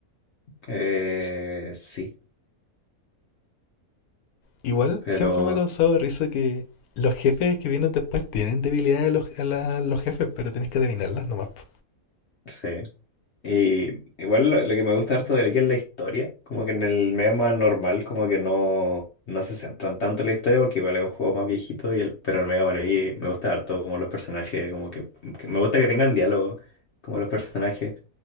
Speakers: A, on the left (about 55°); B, on the left (about 75°).
A: Eh,
B: S-
A: sí,
B: Igual
A: pero...
B: siempre me ha causado risa que los jefes que vienen después tienen debilidades a los, a la- los jefes, pero tienes que adivinarlas nomás. po.
A: Sí. Y igual lo, lo que me gusta harto de aquí es la historia, como que en el Mega Man normal como que no, no se centran tanto en la historia porque igual es un juego más viejito, y el, pero el Mega Man X me gusta harto como los personajes, como que, que me gusta que tengan diálogo, como los personajes,